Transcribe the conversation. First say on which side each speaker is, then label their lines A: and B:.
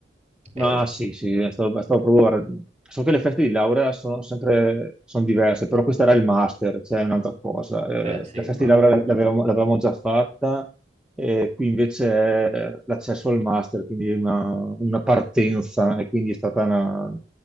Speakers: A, in the centre; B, on the right (about 40°).
A: Ma
B: E-
A: sì, sì, è stato, è stato proprio... Guarda, So che le feste di laurea sono sempre sono diverse, però questo era il master, cioè è un'altra cosa. Eh,
B: eh sì,
A: la festa
B: ma...
A: di laurea l'avevamo l'avevamo già fatta, e qui invece è l'accesso al master, quindi è una, una partenza, e quindi è stata una...